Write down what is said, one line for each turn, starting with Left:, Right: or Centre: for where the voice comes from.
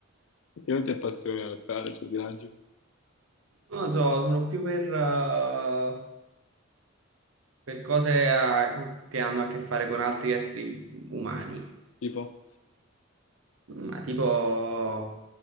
Left: Perché non ti appassiona il giardinaggio?
Right: Non lo so, sono più per, eh, per cose eh, che hanno a che fare con altri esseri umani.
Left: Tipo?
Right: Ma tipo